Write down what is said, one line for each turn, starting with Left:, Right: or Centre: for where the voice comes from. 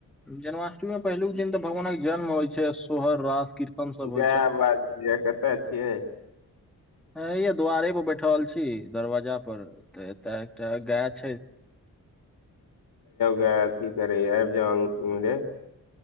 Centre: जनमा मे पहिलुक दिन तऽ भगवान के जन्म होइ छै सोहर रास कीर्तन सब होइ
Left: कए
Centre: छै
Left: बाजिय कत <unintelligible> एछिय
Centre: हे दुआरे पर बैठल छी दरवाजा पर त एतय एकटा गाय छै
Left: गा अथी करै आबि जौ इमहरे